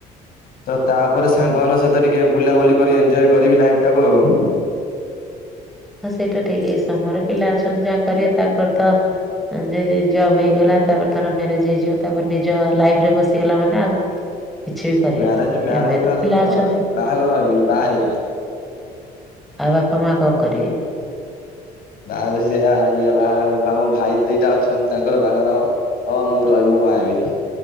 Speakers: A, on the left; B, in the centre.
A: ତ ତାପରେ ସାଙ୍ଗ
B: ହଁ
A: ମାନଙ୍କ ସହିତ ଟିକେ ବୁଲାବୁଲି କରି ଏନଜୟ କରିବି ଲାଇଫ ଟାକୁ ଆଉ।
B: ହଁ ସେଇଟା ଠିକ ଏଇ ସମୟରେ ପିଲା ଅଛନ୍ତି ଯାହା କରିବା ତାପରେ ତ <unintelligible> ଜବ ହେଇଗଲା ତାପରେ ଧର ମ୍ୟାରେଜ ହେଇଯିବ ତାପରେ ନିଜ ଲାଇଫରେ ପସିଗଲା ମାନ ନାଉ। କିଛି ବି କରିହବନି
A: ମ୍ୟାରେଜ ମ୍ୟାରେଜ
B: ଏବେ
A: ମ୍ୟାରେଜ
B: ତ ପିଲା
A: କରାହବନି
B: ଅଛନ୍ତି।
A: ବାହାଘର ହେବିନି ବାହା ହେବିନି।
B: ଆଉ ବାପା ମା କଣ କରିବେ?
A: ତାପରେ ସେୟା ଆ ଇଏ ବାହା ବାମ ଭାଇ ଦିଟା ଅଛନ୍ତି ତାଙ୍କର ବାହାଘର ହବ। ହଁ ମୁଁ ରହିବି ମୁଁ ବାହା ହେବିନି।